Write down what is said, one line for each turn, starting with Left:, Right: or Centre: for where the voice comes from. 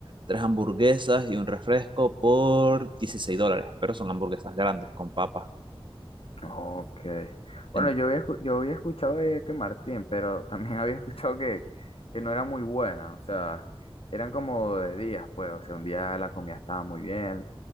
Right: tres hamburguesas y un refresco por 16 dólares, pero son hamburguesas grandes con papas.
Left: Ok. Bueno,
Right: En-
Left: yo había, escu- yo había escuchado de que Martín, pero también <laughs> había escuchado que, que no era muy buena, o sea, eran como de días, pues, o sea, un día la comida estaba muy bien